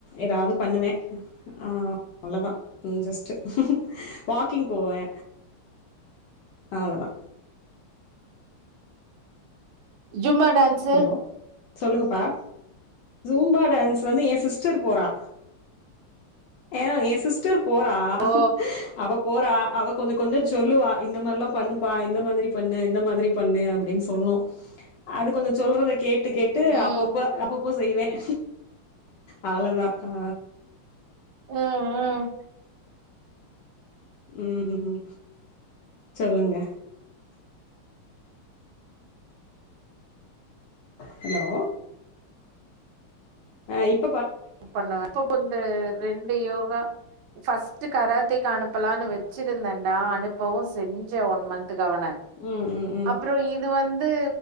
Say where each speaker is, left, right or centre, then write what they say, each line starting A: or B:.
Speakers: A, on the left; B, on the right.
A: ஏதாது பண்ணுவே ஆ அவ்ளதா ஜஸ்ட் வாக்கிங் போவே அவ்ளதா
B: ஜும்மா டான்ஸ்சு
A: ஹலோ சொல்லுங்கப்பா ஜும்பா டான்ஸ் வந்து என் சிஸ்டர் போறா ஏ என் சிஸ்டர் போறா
B: ஓ
A: அவப்போறா அவ கொஞ்ச கொஞ்ச சொல்லுவா இந்த மார்லா பண்ணுப்பா இந்த மாதிரி பண்ணு இந்த மாதிரி பண்ணு அப்டின் சொல்லும் அது கொஞ்ச சொல்றத கேட்டு கேட்டு
B: ம்
A: அப்பப்ப அப்ப ப்போ செய்வேன் அவளதான் ஆ
B: ம் ம்
A: உம் சொல்லுங்க ஹலோ ஆ இப்
B: பண்ணுவ இப்பந்து ரெண்டு யோகா ஃபஸ்ட்ட் கராத்தக்கு அனுப்பலாம்னு வச்சிருந்தேன்டா அனுப்பவும் செஞ்சேன் ஒன் மந்த் ட்டுகவன
A: ம் ம் ம்
B: அப்பற இது வந்து